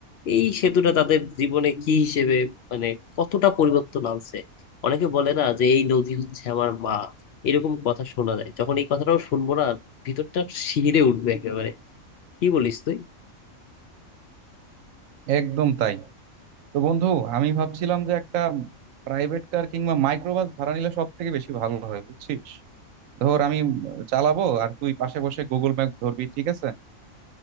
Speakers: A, on the left (about 60°); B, on the right (about 75°).
A: এই সেতুটা তাদের জীবনে কি হিসেবে মানে কতটা পরিবর্তন আনছে অনেকে বলে না যে এই নদী হচ্ছে আমার মা এরকম কথা শোনা যায় যখন এই কথাটাও শুনবো না ভিতরটা শিহরে উঠবে একেবারে কি বলিস তুই
B: একদম তাই তো বন্ধু আমি ভাবছিলাম যে একটা প্রাইভেট কার কিংবা মাইক্রোবাস ভাড়া নিলে সব থেকে বেশি ভালো হয় বুঝছিস ধর আমি চালাবো আর তুই পাশে বসে গুগল ম্যাপ ধরবি ঠিক আছে